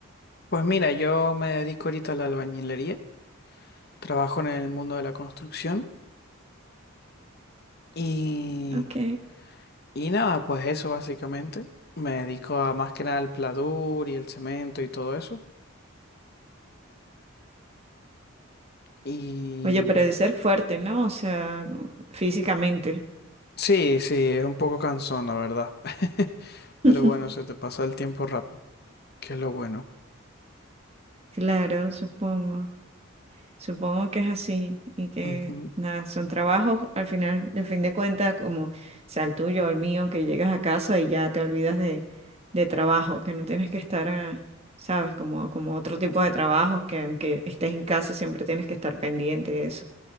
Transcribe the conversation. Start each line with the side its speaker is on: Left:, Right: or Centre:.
Left: Pues mira, yo me dedico ahorita a la albañilería, trabajo en el mundo de la construcción y,
Right: Ok.
Left: y nada, pues eso básicamente. Me dedico a más que nada al pladur y el cemento y todo eso. Y
Right: Oye, pero de ser fuerte, ¿no? O sea, físicamente.
Left: sí, sí, es un poco cansón, la verdad. <laughs>
Right: <laughs>
Left: Pero bueno, se te pasa el tiempo rápido, que es lo bueno.
Right: Claro, supongo. Supongo que es así y que
Left: Ujú.
Right: nada, son trabajos al final, de fin de cuentas, como sea el tuyo o el mío, que llegas a casa y ya te olvidas de, de trabajo, que no tienes que estar, ah, sabes, como, como otro tipo de trabajos que aunque estés en casa siempre tienes que estar pendiente de eso.